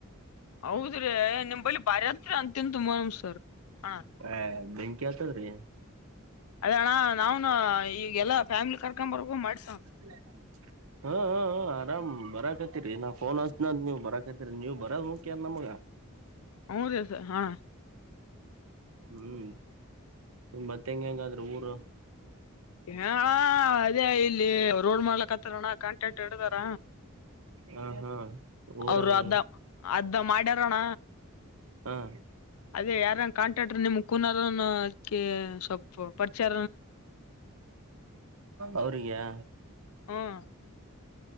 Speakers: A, on the left; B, on the right.
A: ಹೌದ್ರಿ ನಿಮ್ ಬಲಿ ಬಾರಿ ಹಾತ್ರಿ ಅಂತಿಂತು ಮೋರಂ ಸರ್ ಹ
B: ಏ ಬೆಂಕಿ ಕಿ ಆತದ್ರಿ
A: ಅದೆ ಅಣ್ಣ ನಾವ್ನು ಈಗ ಎಲ್ಲಾ ಫ್ಯಾಮಿಲಿ ಕರ್ಕ್ಂಬರಬೇಕಂತ್ ಮಾಡ್ಸಿವಣ್ಣ
B: <inaudible> ಹ್ ಹ್ ಹ್ ಆರಾಮ್ ಬರಕತಿರಿ ನಾ ಫೋನ್ ಹಚ್ಚತ್ನಂನ ನೀವ್ ಬರಕತಿರಿ ನೀವ್ ಬರೋದ ಮುಖ್ಯಾದ್ ನಮಗ <inaudible>
A: ಹ್ಮ್ ರೀ ಸರ್ ಹಾ
B: ಹ್ಮ್ ಮತ್ತೆ ಹೆಂಗ ಹೆಂಗಾದ್ರಿ ಊರು
A: ಏ ಅಣ್ಣ ಅದೇ ಇಲ್ಲಿ ರೋಡ್ ಮಾಡ್ಲಕತ್ತಾರಣ ಕಾಂಟ್ಯಾಕ್ಟರ್ ಇಡದಾರ
B: ಹಾ ಹಾ ಊರಾಗ
A: ಅವರು ಅದ ಅದ್ ಮಾಡ್ಯಾರಣ
B: ಹ್ಮ್
A: ಅದೇ ಯಾರನ್ನ ಕಾಂಟ್ರಾಕ್ಟರ್ರ ನಿಮ್ ಕುನಾರನ್ ಅದ್ಕೇ ಸ್ವಲ್ಪ ಪರಿಚಯ
B: ಅವ್ರಿಗ್ಯಾ
A: ಹ್ಮ್